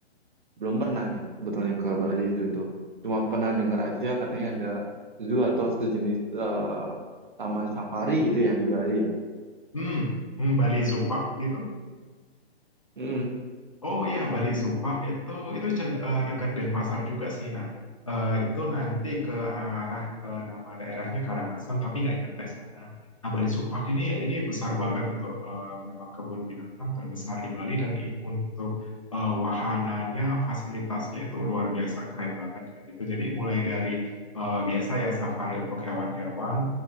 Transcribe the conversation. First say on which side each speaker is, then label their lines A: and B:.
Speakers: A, on the right (about 50°); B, on the left (about 30°).
A: belum pernah nih sebetulnya ke Bali Zoo itu Cuma pernah dengar aja katanya ada zoo atau sejenis eh, taman safari gitu ya di Bali ya.
B: Hmm, hmm, Bali Zupak gitu
A: Hmm.
B: Oh iya, Bali Zupak itu itu cen- eh, dekat Denpasar juga sih. Nah, eh, itu nanti ke arah eh, nama daerahnya Karangasem, tapi nggak nyampe sana. Nah, Bali Zupak ini ini besar banget untuk eh, memang kebun binatang terbesar di Bali dan i- untuk eh, wahananya, fasilitasnya itu luar biasa keren banget kayak gitu. Jadi mulai dari eh, biasa ya safari untuk hewan-hewan